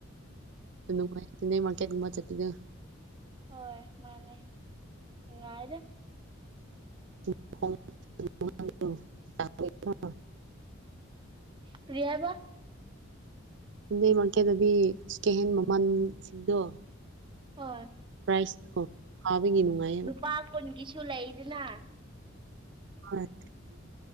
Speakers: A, on the right; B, on the right.
A: ꯑꯗꯨ <unintelligible> ꯃꯥꯔꯀꯦꯠꯀꯨꯝꯕ ꯆꯠꯄꯗꯣ
B: ꯍꯣꯏ ꯃꯥꯅꯦ ꯅꯨꯡꯉꯥꯏꯗ
A: <unintelligible>
B: ꯀ꯭ꯔꯤ ꯍꯥꯏꯕ
A: ꯗꯦ ꯃꯥꯔꯀꯦꯠꯗꯗꯤ ꯏꯁ ꯀꯩ ꯍꯥꯏꯅꯤ ꯃꯃꯜꯁꯤꯡꯗꯣ
B: ꯍꯣꯏ
A: ꯄ꯭ꯔꯥꯏꯁ ꯐꯕꯒꯤ ꯅꯨꯡꯉꯥꯏ
B: ꯅꯨꯄꯥ ꯀꯨꯟꯒꯤꯁꯨ ꯂꯩꯗꯅ
A: ꯍꯣꯏ